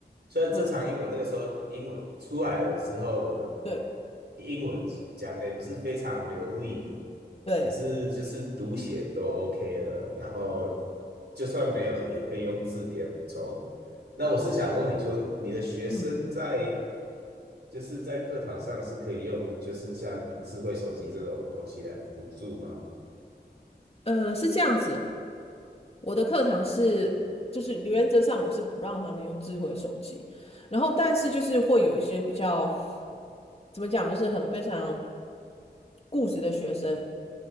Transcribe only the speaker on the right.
虽然正常英文那个时候英文出来的时候，
我的
英文讲的也不是非常流利，
可是就是读写都 OK 了。然后就算没有，也可以用字典补充。那我是想问你说，你的学生在
就是在课堂上是可以用就是像智慧手机这种东西来辅助吗？